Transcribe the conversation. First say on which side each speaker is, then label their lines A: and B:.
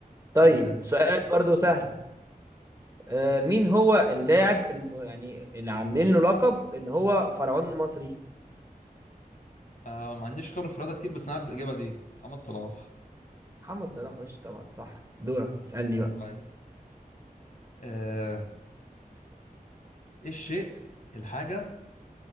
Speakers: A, on the right; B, on the left.
A: طيب
B: تمام ماشي
A: سؤال برضو سهل آه مين هو اللاعب الم... يعني اللي عاملين له لقب ان هو فرعون المصري
B: آه ما عنديش خبرة في الرياضة كتير بس أنا عارف الإجابة دي محمد صلاح
A: محمد صلاح وش طبعا صح دورك اسألني بقى
B: كويس آه ايه الشيء الحاجة